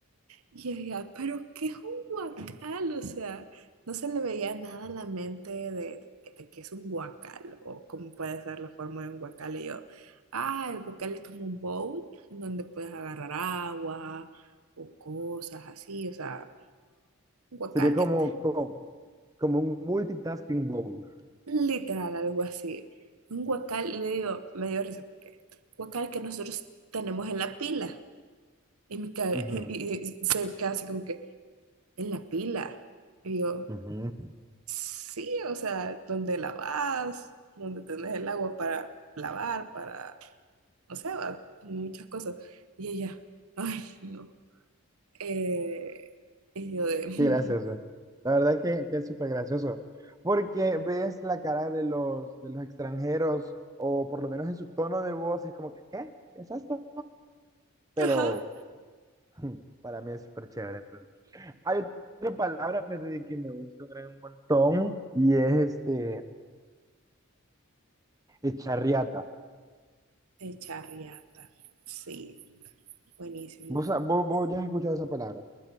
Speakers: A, on the right; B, on the right.
A: Y ella, pero qué es un guacal, o sea, no se le veía nada a la mente de, de que es un guacal o cómo puede ser la forma de un guacal. Y yo, ah, el guacal es como un bowl en donde puedes agarrar agua o cosas así, o sea, un guacal
B: Sería como,
A: que
B: como, como un multitasking bowl.
A: literal algo así. Un guacal, y le digo, me dio risa porque guacal que nosotros tenemos en la pila. Y, mi cabe-
B: Ujú,
A: <laughs> y y- se queda así como que, en la pila. Y yo,
B: ujú.
A: Sí, o sea, donde lavas, donde tenés el agua para lavar, para, no sé, va, muchas cosas. Y ella, ay, no. Eh, y yo de,
B: Qué gracioso. La verdad que, que es súper gracioso. Porque ves la cara de los, de los extranjeros, o por lo menos en su tono de voz, y es como que, ¿qué? ¿Qué es esto? Pero
A: <laughs> ajá,
B: <laughs> para mí es súper chévere. entonces. Hay otra palabra, Freddy, que me gusta un gran montón, y es este, echarriata.
A: el charriata. Sí, buenísimo.
B: ¿Vos, vos, vos ya has escuchado esa palabra?